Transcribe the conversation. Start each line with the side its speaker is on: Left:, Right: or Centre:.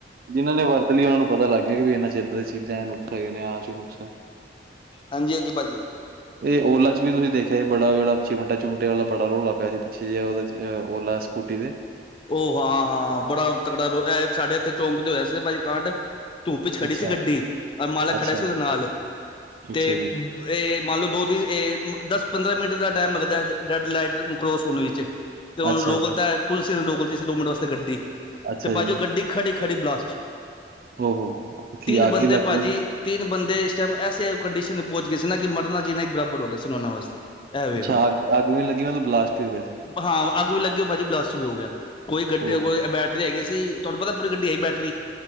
Right: ਜਿਹਨਾਂ ਨੇ ਵਰਤ ਲਈ ਉਹਨਾਂ ਨੂੰ ਪਤਾ ਲੱਗ ਵੀ ਇੰਨਾ ਚੇਰ ਤੁਸੀ ਚੀਜਾ ਨੁਕਸ ਹੈ ਨੇ ਆਹ ਚ ਨੁਕਸ ਹੈ
Left: ਹਾਂਜੀ- ਹਾਂਜੀ ਭਾਅ ਜੀ
Right: ਇਹ ਓਲਾ ਚ ਵੀ ਤੁਸੀਂ ਦੇਖਿਆ ਬੜਾ ਜਿਹੜਾ ਚਿਮਟਾ ਚੁਮਟੇ ਵਾਲਾ ਬੜਾ ਰੋਲਾ ਪਿਆ ਸੀ ਪਿੱਛੇ ਜਿਹਾ ਉਹਦੇ ਓਲਾ ਸਕੂਟੀ ਦੇ
Left: ਉਹ ਹਾਂ -ਹਾਂ ਬੜਾ ਤਕੜਾ ਸਾਡੇ ਇੱਥੇ ਚੌਕਦੇ ਹੋਇਆ ਸੀ ਭਾਜੀ ਕਾਂਡ ਧੂਪ ਚ ਖੜੀ
Right: ਅੱਛਾ
Left: ਸੀ ਗੱਡੀ ਰ ਮਾਲਕ
Right: ਅੱਛਾ
Left: ਖੜਾ ਸੀ ਉਹਦੇ ਨਾਲ ਤੇ
Right: ਅੱਛਾ ਜੀ
Left: ਇਹ ਮੰਨ ਲੋ ਦੋ ਤਿੰਨ ਦਸ ਪੰਦਰਾਂ ਮਿੰਟ ਦਾ ਟਾਈਮ ਲੱਗਦਾ ਰੈਡ ਲਾਈਟ ਨੂੰ ਕਰੋਸ ਹੋਣ ਵਿੱਚ ਅਤੇ ਉਹ
Right: ਅੱਛਾ
Left: ਰੋਕ
Right: ਜੀ
Left: ਦਿੱਤਾ ਪੁਲਿਸ ਨੇ ਰੋਕ ਦਿੱਤੀ ਸੀ ਦੋ ਮਿੰਟ ਵਾਸਤੇ ਗੱਡੀ
Right: ਅੱਛਾ
Left: ਤੇ ਬਾਜੀ
Right: ਜੀ
Left: ਉਹ ਗੱਡੀ ਖੜੀ ਖੜੀ ਬਲਾਸਟ ਚ
Right: ਓਹੋ ਕੀ
Left: ਤਿੰਨ
Right: ਅੱਗ
Left: ਬੰਦੇ
Right: ਹੀ ਲੱਗ
Left: ਭਾਜੀ
Right: ਗਈ
Left: ਤਿੰਨ ਬੰਦੇ ਇਸ ਟਮ ਐੇ ਕੰਡੀਸ਼ਨ ਪਹੁੰਚ ਗਏ ਸੀ ਨਾ ਕਿ ਮਰਨਾ ਜੀਨਾ ਇੱਕ ਬਰਾਬਰ ਹੋ ਗਿਆ ਸੀਉਨਾ ਵਾਸਤੇ ਇਹ ਵੇਖ
Right: ਅੱਛਾ
Left: ਲੋ
Right: ਅੱਗ ਅੱਗ ਵੀ ਨੀ ਲੱਗੀ ਮਤਲਬ ਬਲਾਸਟ ਹੀ ਹੋ ਗਿਆ ਸੀ
Left: ਹਾਂ ਅੱਗ ਵੀ ਲੱਗੇ ਹੋ ਭਾਜੀ ਬਲਾਸ ਹੋ ਗਿਆ, ਕੋਈ ਗੱਡੀ
Right: ਓਹੋ
Left: ਬੈਟਰੀ ਹੈਗੀ ਸੀ, ਤੁਹਾਨੂੰ ਪਤਾ ਪੂਰੀ ਗੱਡੀ ਹੈਗੀ ਬੈਟਰੀ